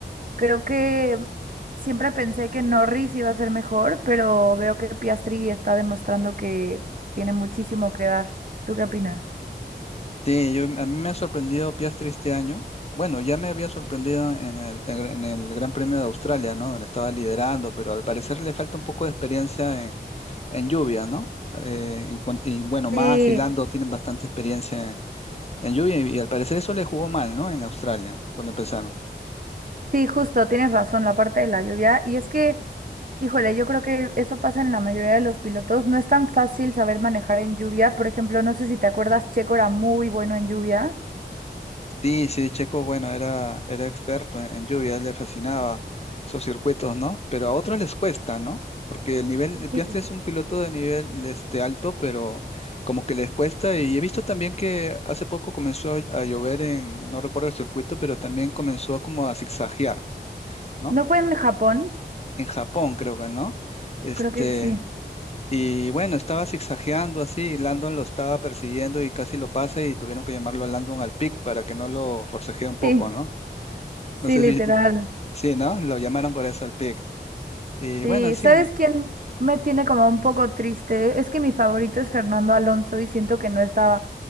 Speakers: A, on the right (about 50°); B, on the left (about 35°).
A: creo que siempre pensé que Norris iba a ser mejor, pero veo que Piastri está demostrando que tiene muchísimo que dar. ¿Tú qué opinas?
B: Sí, yo, a mí me ha sorprendido Piastri este año. Bueno, ya me había sorprendido en el, en en el Gran Premio de Australia, ¿no? Donde estaba liderando, pero al parecer le falta un poco de experiencia en, en lluvia, ¿no? Eh, en cuan- y bueno, Max
A: Sí,
B: y Lando tienen bastante experiencia En lluvia, y, y al parecer eso le jugó mal, ¿no? En Australia, cuando empezaron.
A: sí, justo, tienes razón, la parte de la lluvia. Y es que Híjole, yo creo que eso pasa en la mayoría de los pilotos. No es tan fácil saber manejar en lluvia. Por ejemplo, no sé si te acuerdas, Checo era muy bueno en lluvia.
B: Sí, sí, Checo, bueno, era, era experto en, en lluvia, a él le fascinaba esos circuitos, ¿no? Pero a otros les cuesta, ¿no? Porque el nivel, Piastri
A: Sí.
B: es un piloto de nivel este, alto, pero como que les cuesta. Y he visto también que hace poco comenzó a llover en, no recuerdo el circuito, pero también comenzó como a zigzaguear, ¿no?
A: ¿No fue en Japón?
B: En Japón, creo que, ¿no? Este,
A: Creo que sí.
B: Y bueno, estaba zigzagueando así, y Landon lo estaba persiguiendo y casi lo pasa y tuvieron que llamarlo a Landon al pick para que no lo forcejee un poco,
A: Sí,
B: ¿no?
A: sí,
B: No sé
A: literal.
B: si, sí, ¿no? Lo llamaron por eso al pick. Y
A: Sí,
B: bueno, sí.
A: ¿sabes quién me tiene como un poco triste? Es que mi favorito es Fernando Alonso y siento que no está,